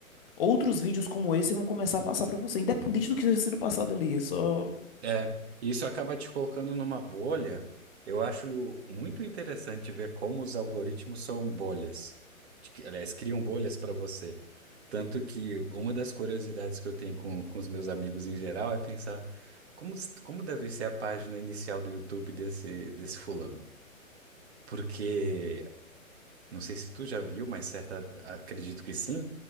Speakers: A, on the left (about 40°); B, on the right (about 50°).
A: outros vídeos como esse vão começar a passar pra você, independente do que esteja sendo passado ali. É só.
B: É, isso acaba te colocando numa bolha. Eu acho muito interessante ver como os algoritmos são bolhas. De que- Aliás, criam bolhas para você. Tanto que uma das curiosidades que eu tenho com, com os meus amigos em geral é pensar como, s- como deve ser a página inicial do YouTube desse, desse fulano. Porque, não sei se tu já viu, mas certa, acredito que sim.